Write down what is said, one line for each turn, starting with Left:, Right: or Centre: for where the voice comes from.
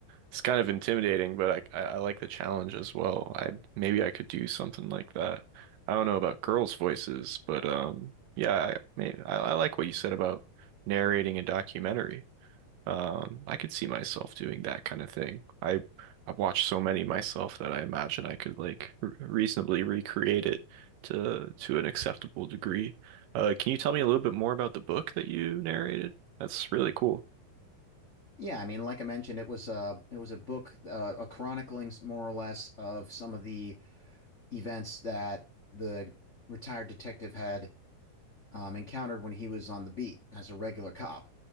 Right: it's kind of intimidating, but I, I I like the challenge as well. I maybe I could do something like that. I don't know about girls' voices, but um, yeah, I, maybe I, I like what you said about narrating a documentary. Um, I could see myself doing that kind of thing. I I've watched so many myself that I imagine I could like re reasonably recreate it to to an acceptable degree. Uh, can you tell me a little bit more about the book that you narrated? That's really cool.
Left: Yeah, I mean, like I mentioned, it was a it was a book, uh, a chronicling more or less of some of the events that the retired detective had um, encountered when he was on the beat as a regular cop,